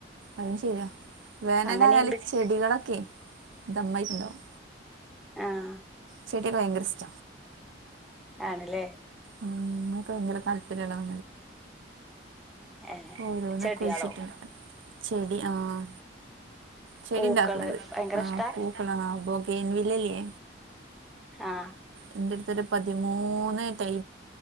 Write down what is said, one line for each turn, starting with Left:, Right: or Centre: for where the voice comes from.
Right: അതും ശരിയാ, വേനലായാല്
Centre: അങ്ങനെയുണ്ട്
Right: ചെടികളൊക്കെ ദമ്മായിട്ടുണ്ടാവും
Centre: ആഹ്
Right: ചെടിയൊക്കെ ഭയങ്കര ഇഷ്ട
Centre: ആണ് ലെ
Right: ഉം നൊക്കെ ഭയങ്കര താല്പര്യമുള്ള
Centre: ഏ
Right: ഓരോന്നൊക്കെ
Centre: ചെടികളോ
Right: കുഴിച്ചിട്ടു ചെടി ആഹ് ചെടി
Centre: പൂക്കള്
Right: ഇണ്ടാക്കണത്.
Centre: ഭയങ്കര
Right: ആഹ്
Centre: ഇഷ്ടാ
Right: പൂക്കള ആ ബോഗൈൻ വില്ലല്ലേ
Centre: ആഹ്
Right: ഇന്റെ അടുത്തോരു പതിമൂന്ന് ടൈ